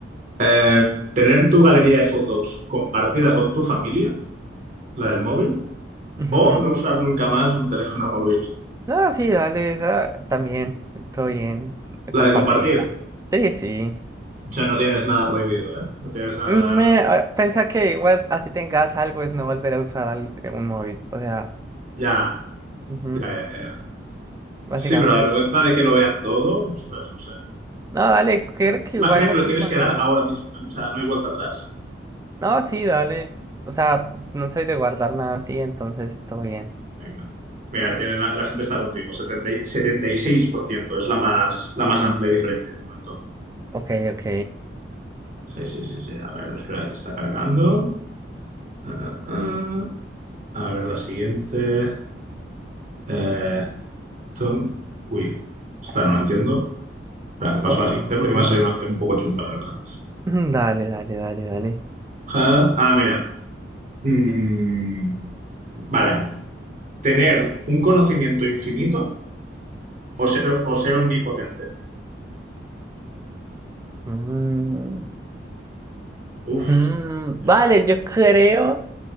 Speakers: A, on the right; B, on the right.
A: Eh, tener tu galería de fotos compartida con tu familia, la del móvil,
B: Ujú.
A: O no usar nunca más un teléfono móvil.
B: No, sí, dale, esa también, todo bien, compartirla.
A: La de compartir.
B: Sí, sí.
A: O sea, no tienes nada prohibido, ¿eh? No tienes nada.
B: Me, ah, pensa que igual así tengas algo es no volver a usar al- eh, un móvil. O sea,
A: Ya,
B: ujú,
A: ya, ya, ya.
B: Básicamente
A: Sí, pero la vergüenza
B: no.
A: de que lo vean todo, ostras, no sé.
B: No, dale, creo que
A: Imagina
B: igual
A: que
B: no
A: lo
B: tengo
A: tienes que dar
B: nada.
A: ahora mismo, ¿eh? O sea, no hay vuelta atrás.
B: No, sí, dale. O sea, no soy de guardar nada así, entonces todo bien.
A: Venga. Mira, tiene la, la gente está contigo. setenta y- 76% es la más, la más amplia diferencia de momento.
B: Ok, ok.
A: Sí, sí, sí, sí. A ver, espera, que está cargando. Ah, ah, ah. A ver, la siguiente. Eh, ton- Uy, esta no la entiendo. Espera, que paso
B: Ok.
A: a la
B: <clears throat>
A: siguiente porque me ha salido una que es un poco chunga, la verdad.
B: Mm, Dale, dale, dale, dale.
A: Ja, Ah, mira. Mm, vale. ¿Tener un conocimiento infinito o ser, o ser omnipotente?
B: Mm,
A: Uf.
B: mm,
A: está difícil,
B: vale,
A: ¿eh?
B: yo creo